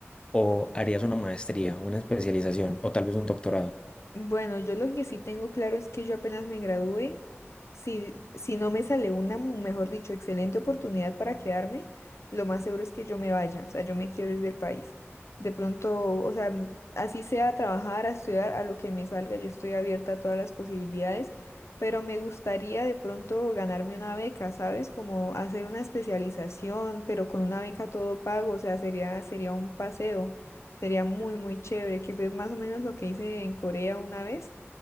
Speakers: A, on the left; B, on the left.
A: o harías una maestría, una especialización, o tal vez un doctorado?
B: Bueno, yo lo que sí tengo claro es que yo apenas me gradué, si, si no me sale una, mejor dicho, excelente oportunidad para quedarme, lo más seguro es que yo me vaya, o sea, yo me quiero ir del país. De pronto, o sea, m- así sea a trabajar, a estudiar, a lo que me salga, yo estoy abierta a todas las posibilidades, pero me gustaría de pronto ganarme una beca, ¿sabes? Como hacer una especialización, pero con una beca todo pago, o sea, sería, sería un paseo. Sería muy, muy chévere, que fue más o menos lo que hice en Corea una vez,